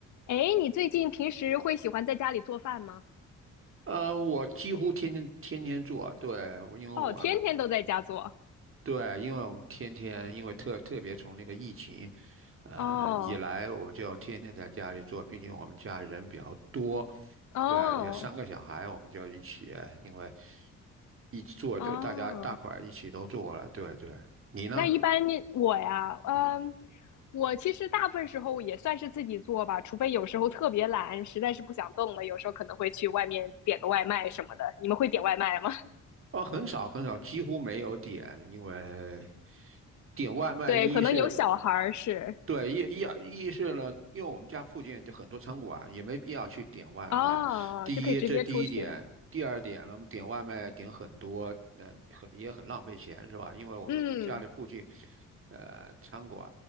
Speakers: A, on the left (about 70°); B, on the right (about 45°).
A: 哎，你最近平时会喜欢在家里做饭吗？
B: 呃，我几乎天天天天做啊，对，我因为我们
A: 哦，天天都在家做。
B: 对，因为我们天天因为特特别从那个疫情，呃以来，
A: 哦
B: 我就天天在家里做，毕竟我们家人比较多，
A: 哦
B: 对，有三个小孩，我们就一起，因为一起做这大家大块儿一起都做了，
A: 哦，
B: 对对，你呢？
A: 那一般你我呀，嗯，
B: 嗯，
A: 我其实大部分时候也算是自己做吧，除非有时候特别懒，实在是不想动了，有时候可能会去外面点个外卖什么的。你们会点外卖吗？
B: 哦，很少很少，几乎没有点，因为点外卖一是。
A: <laughs> 对，可能有小孩儿是
B: 对，意意意识了，因为我们家附近就很多餐馆，也没必要去点外卖。
A: 哦，
B: 第一，
A: 就可以直接出去。
B: 这第一点；第二点呢，我们点外卖点很多，那、很也很浪费钱，是吧？因为我们家里附近，
A: 嗯
B: 呃，餐馆